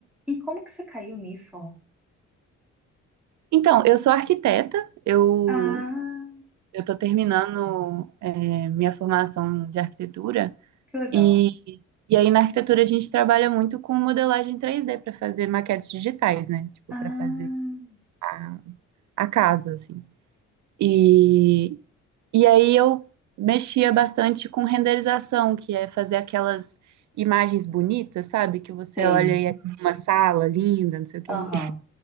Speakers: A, in the centre; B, on the right.
A: E como que você caiu nisso?
B: Então, eu sou arquiteta, eu
A: Ah,
B: eu estou terminando, é, minha formação de arquitetura.
A: que legal.
B: E, e aí na arquitetura a gente trabalha muito com modelagem três d para fazer maquetes digitais, né? Tipo,
A: Ah,
B: para fazer a, a casa, assim. E, e aí eu mexia bastante com renderização, que é fazer aquelas imagens bonitas, sabe? Que você
A: sei.
B: olha e é tipo uma sala linda, não sei o quê.
A: Aham,